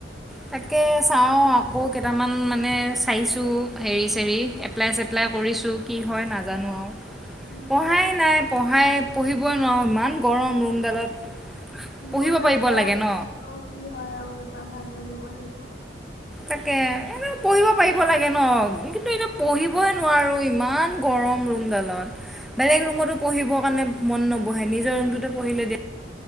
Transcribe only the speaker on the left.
উম,
মোৰো
এপ্লাই
<inaudible> কি হয় আৰু এবাৰ ভালদৰে দিবই লাগিব।
উম,